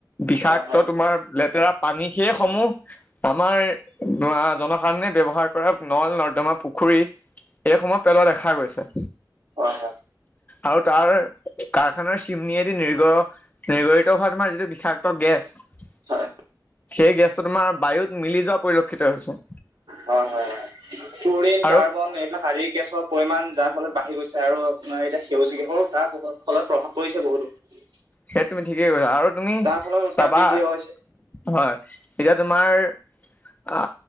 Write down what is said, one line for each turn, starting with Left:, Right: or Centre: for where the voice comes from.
Left: বিষাক্ত
Right: হয় হয়
Left: তোমাৰ লেতেৰা পানী সেই সমূহ আমাৰ জনসাধাৰণে ব্যৱ্হাৰ কৰা নল নৰ্দমা পুখুৰ। পু খুৰী এইসময়ত পেলোৱা দেখা গৈছে।
Right: হয় হয়।
Left: আৰু তাৰ কাৰখানাৰ চিমনিয়েদি নিৰ্গ নিৰ্গৰিত হোৱা তোমাৰ যিটো বিষাক্ত গেছ।
Right: হয়।
Left: সেই গেছটো তোমাৰ বায়ুত মিলি যোৱা পৰিলক্ষিত হৈছে।
Right: হয় হয় হয়। ক্লোৰিন
Left: আৰু
Right: কাৰ্বন এইবিলাক শাৰীৰিক গেছৰ পৰিমাণ যাৰ ফলত বাঢ়ি গৈছে আৰু। আপমাৰ এতিয়া সেউজীয়া কিহৰ তাৰ ফলত প্ৰভাৱ পৰিছে বহুতো।
Left: সেই তুমি ঠিকেই কৈছা আৰু তুমি
Right: যাৰ ফলত উত্তাপ
Left: চাবা
Right: বৃদ্ধি হৈছে।
Left: হয় এতিয়া। তোমাৰ। অ